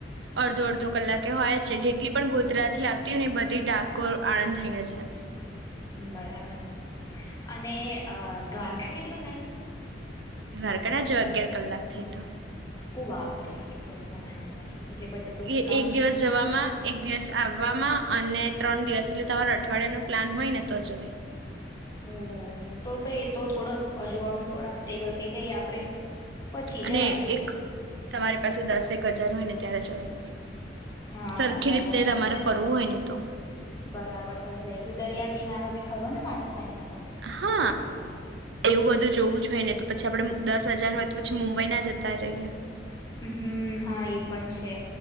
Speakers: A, on the right; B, on the left.
A: અડધો અડધો કલાકે હોય છે જેટલી પણ ગોધરાતીથી આવતી હોય ને એ બધી ડાકોર આણંદ થઈને જ આવે.
B: બરાબર અને અ દ્વારકા કેટલું થાય?
A: દ્વારકા જો અગિયાર કલાક થઈ તો.
B: ઓ બપરે એટલે બધા તો ન જવાય. એટલે બધે તો કોક
A: એ
B: કામ
A: એક દિવસ જવામાં એક દિવસ આવવામાં અને ત્રણ દિવસ એટલે તમારો અઠવાડિયા નો. પ્લાન હોય ને તો જવાય.
B: ઓ તો તો એ તો થોડાક હજુ આમ થોડાક સ્ટેબલ થઈ જઈ આપડે. પછી
A: અને
B: જવાય
A: એક તમારી પાસે દસક હજાર હોય ને. ત્યારે જવાય.
B: હા
A: સરખી
B: બરાબર,
A: રીતે તમારે ફરવું હોય ને તો
B: બરાબર સમજાઈ ગયું દરિયા કિનારો બી ખરો ને પાછો ત અહીંયા.
A: હા, એવું બધું જોવું જ હોય ને તો પછી આપડે, દસ હજાર હોય તો પછી મુંબઈ ના જતા રહીએ.
B: હમ્મ હા એ પણ છે.